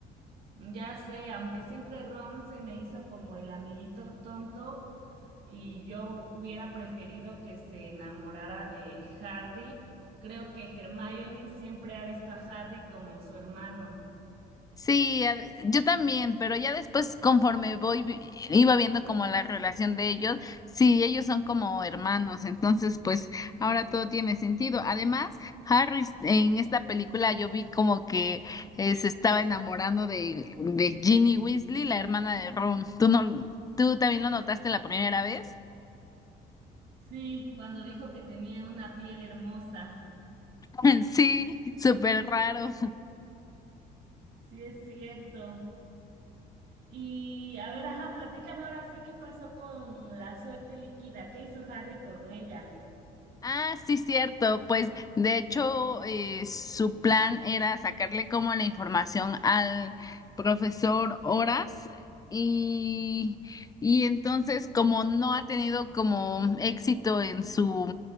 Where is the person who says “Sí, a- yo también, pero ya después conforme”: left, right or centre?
Left